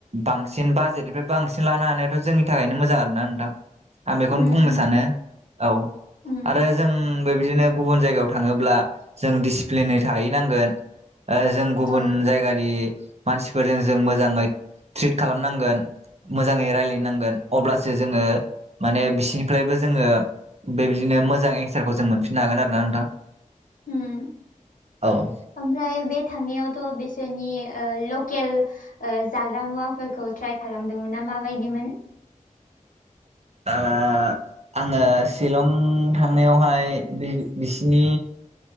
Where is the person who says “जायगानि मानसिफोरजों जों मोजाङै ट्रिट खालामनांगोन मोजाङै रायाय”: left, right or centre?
Right